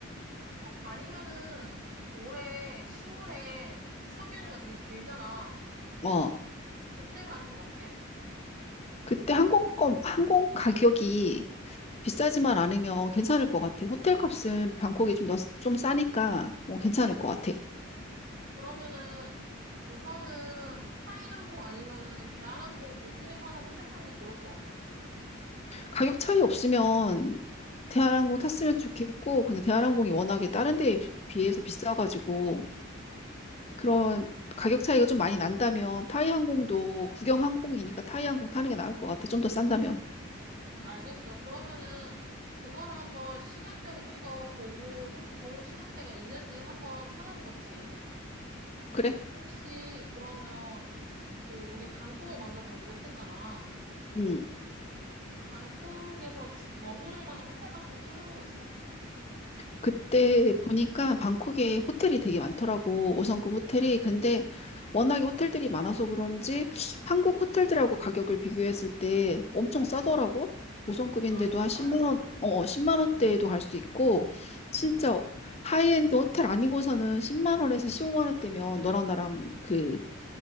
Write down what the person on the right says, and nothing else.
어, 아니면은 올해 10월에 추석 연휴가 되게 길잖아.
그때 가는 건 어때?
그러면은 우선은 타이 항공 아니면은 대한항공 둘 중에서 하나 선택하는 게 좋을 것 같아.
응, 알겠어. 그러면은 그거는 한번 시간대를 좀 더 보고 좀 더 좋은 시간대가 있는지 한번 찾아보고 다시 얘기해보자.
혹시 그러면 그 우리 방콕을 먼저 가기로 했었잖아.
방콕에서 지- 머무를 만한 호텔 같은 거 찾아본 거 있어?
아, 정말?